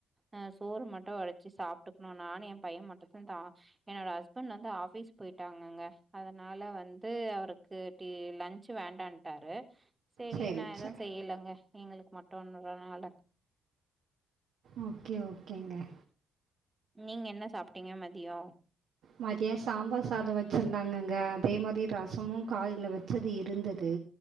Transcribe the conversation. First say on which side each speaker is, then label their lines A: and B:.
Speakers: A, on the right; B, on the right.
A: ஆ சோறு மட்டு வடிச்சு சாப்ட்டுக்கணு நானு ஏன் பையன் மட்டுந்துந்தா என்னோட ஹஸ்பண்ட் வந்து ஆஃபீஸ் போயிட்டாங்கங்க அதனால வந்து அவருக்கு டீ லன்ச் வேண்டான்ட்டாரு. செரி
B: சரி
A: நா எதுவு
B: சரி
A: செய்யலங்க எங்களுக் மட்டுங்கிறனால
B: ஓகே ஓகேங்க.
A: நீங்க என்ன சாப்ட்டீங்க மதியோ?
B: மதியோ சாம்பார் சாதோ வச்சுருந்தாங்கங்க அதே மாரி ரசமு காலைல வச்சது இருந்தது